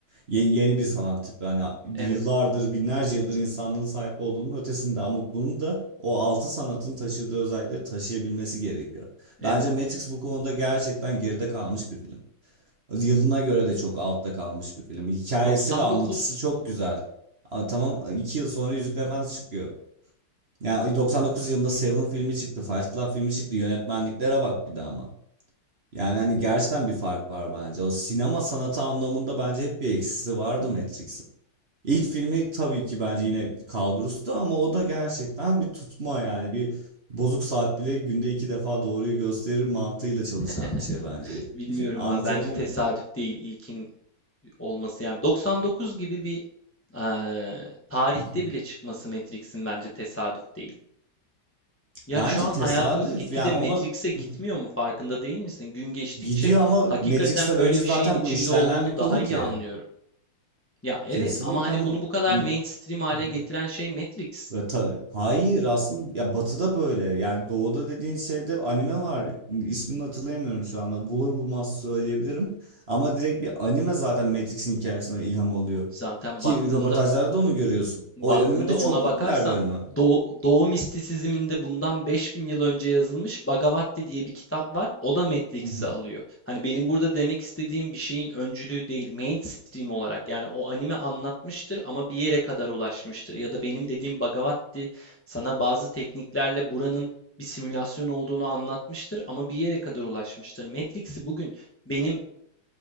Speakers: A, on the right; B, on the left.
A: Ye- yeni bir sanat tipi. Hani yıllardır,
B: Evet.
A: binlerce yıldır insanlığın sahip olduğunun ötesinde ama bunu da o altı sanatın taşıdığı özellikleri taşıyabilmesi gerekiyor.
B: Evet.
A: Bence Matrix bu konuda gerçekten geride kalmış bir film. Yılına göre de çok altta kalmış bir film. Hikayesi
B: 99.
A: ve anlatısı çok güzel. A, tamam 2 yıl sonra Yüzükler Efendisi çıkıyor. Yani 99 yılında Seven filmi çıktı, Fight Club filmi çıktı. Yönetmenliklere bak bir de ama. Yani hani gerçekten bir fark var bence. O sinema sanatı anlamında bence hep bir eksisi vardı Matrix'in. İlk filmi tabii ki bence yine kalburustu ama o da gerçekten bir tutma yani bir bozuk saat bile günde iki defa doğruyu gösterir mantığıyla çalışan
B: <laughs>
A: bir şey bence.
B: Bilmiyorum
A: <laughs> Anlatabiliyor
B: abi. Bence tesadüf
A: muyum?
B: değil ilkin olması. Yani 99 gibi bir eee, tarihte
A: <laughs>
B: bile çıkması Matrix'in bence tesadüf değil. Ya
A: Bence
B: şu an
A: tesadüf.
B: hayatımız gitgide
A: Yani
B: Matrix'e
A: ondan
B: gitmiyor
A: <laughs>
B: mu farkında değil misin? Gün geçtikçe
A: gidiyor ama
B: hakikaten
A: Matrix'ten
B: öyle
A: önce
B: bir
A: zaten
B: şeyin içinde
A: bu işlenen
B: olduğumu
A: bir konu
B: daha iyi
A: ki.
B: anlıyorum. Ya evet
A: Kesinlikle
B: ama hani
A: ama
B: bunu bu kadar mainstream
A: <laughs>
B: hale getiren şey Matrix.
A: Ve ta- hayır aslında ya batıda böyle. Yani doğuda dediğin şeyde anime var. İsmini hatırlayamıyorum şu anda. Bulur bulmaz söyleyebilirim. Ama direkt bir anime zaten Matrix'in hikayesine ilham oluyor.
B: Zaten
A: Ki
B: baktığında
A: röportajlarda da onu görüyorsun.
B: baktığında
A: O anime de
B: ona
A: çok
B: bakarsan
A: popüler bir anime.
B: Doğu, Doğu mistisizminde bundan 5000 yıl önce yazılmış Bhagavati diye bir kitap var. O da Matrix'i
A: <laughs>
B: alıyor. Hani benim burada demek istediğim bir şeyin öncülüğü değil, mainstream olarak. Yani o anime anlatmıştır ama bir yere kadar ulaşmıştır. Ya da benim dediğim Bhagavati sana bazı tekniklerle buranın bir simülasyon olduğunu anlatmıştır ama bir yere kadar ulaşmıştır. Matrix'i bugün benim